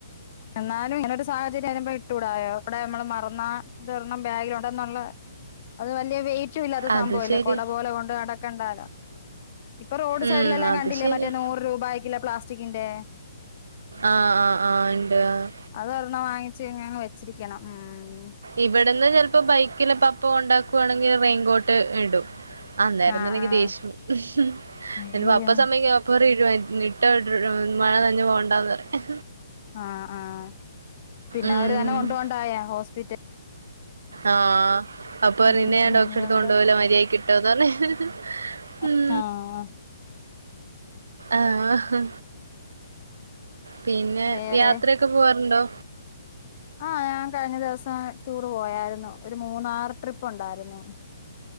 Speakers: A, on the left; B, on the right.
A: എന്നാലും ഇങ്ങനൊരു സാഹചര്യം വരുമ്പോ ഇട്ടൂടായോ അവിടെ നമ്മള് മറന്നാ ഇതൊർണ്ണം ബാഗിലൊണ്ടെന്നൊള്ളെ അത് വല്യ വെയിറ്റും ഇല്ലാത്ത
B: അത്
A: സംഭവം അല്ലേ
B: ശരി
A: കൊട പോലെ കൊണ്ട് നടക്കണ്ടാല്ലോ ഇപ്പൊ റോഡ്
B: ഉം
A: സൈഡിലെല്ലാം
B: അത്
A: കണ്ടില്ലേ
B: ശരി
A: മറ്റേ നൂറ് രൂപായിക്കില്ലെ പ്ലാസ്റ്റിക്കിന്റെ
B: ആഹ് ആഹ് ആഹ് ഇണ്ട് ആഹ്
A: അതൊരെണം വാങ്ങിച്ച് ഇനിയങ്ങ് വെച്ചിരിക്കണം ഉം
B: ഇവിടുന്ന് ചെലപ്പൊ ബൈക്കില് പപ്പ കൊണ്ടാക്കുവാണെങ്കി ഞാൻ റെയിൻകോട്ട് ഇടും ആന്നേരം
A: ആഹ്
B: തന്നെ എനിക്ക്
A: ആഹ്
B: ദേഷ്യം
A: അയ്യോ
B: എന്റെ പപ്പ സമ്മയ്ക്ക പ്പറീഴുവാരിക്കും ഇട്ടോ ഇട്ട് എഹ് മഴ നനഞ്ഞു പോകണ്ടാന്ന് പറയും
A: ആഹ് ആഹ് പിന്നെ
B: ഉം
A: അവര് തന്നെ കൊണ്ടോണ്ടായോ ഹോസ്പിറ്റൽ
B: ആഹ് അപ്പറയും
A: ഉം
B: നിന്നെ ഞാൻ ഡോക്ടറെടുത്ത്
A: അതുകൊണ്ട്
B: കൊണ്ടുപോവില്ല മര്യായിക്ക് ഇട്ടോന്ന് പറയും ഉം
A: ആഹ് ആഹ്
B: ആഹ് പിന്നെ
A: വേറെ
B: യാത്രക്കെ പോവാറുണ്ടോ
A: ആഹ് ഞാൻ കഴിഞ്ഞ ദിവസം ടൂറ് പോയാരുന്നു ഒരു മൂന്നാറ് ട്രിപ്പൊണ്ടാരുന്നു